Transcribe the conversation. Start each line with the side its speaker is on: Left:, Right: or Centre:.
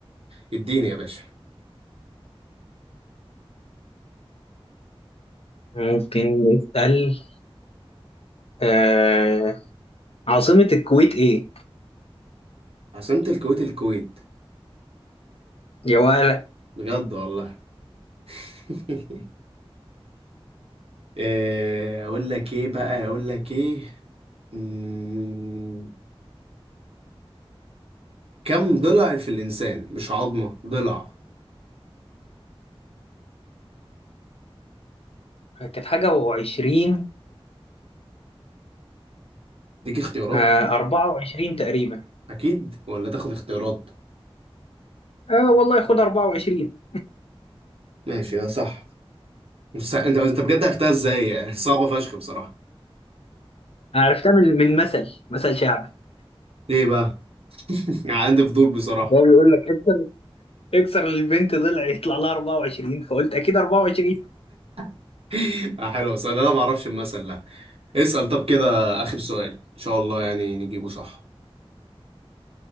Right: فاديني يا باشا
Left: ممكن نسأل آه عاصمة الكويت ايه؟
Right: عاصمة الكويت الكويت
Left: يا ولا
Right: بجد والله <laughs> آه، اقول لك ايه بقى اقول لك ايه مم، كم ضلع في الانسان مش عظمة ضلع
Left: كانت حاجة و20
Right: ديك اختيارات
Left: آه 24 تقريبا
Right: اكيد ولا تاخد اختيارات
Left: اه والله خد 24
Right: ماشي يا صح بس انت انت بجد عرفتها ازاي <laughs> صعبة فشخ بصراحة
Left: أنا عرفتها من من مثل مثل شعبي
Right: ليه بقى <laughs> عندي فضول بصراحة
Left: ده بيقول لك اكسر اكسر البنت ضلع يطلع لها 24 فقلت اكيد 24
Right: <laughs> آه، حلو بس انا ما اعرفش المثل ده اسأل طب كده اخر سؤال ان شاء الله يعني نجيبه صح